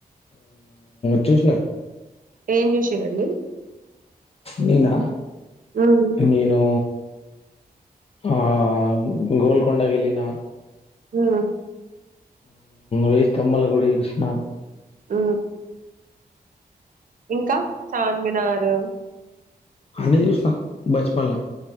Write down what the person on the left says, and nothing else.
చూసిన
ననా
నను ఆ గోల్కండగ ఎలినా
రేష్ తమ్మల గుడి కృష్ణ
అన్నిదిస బచ్పన్లా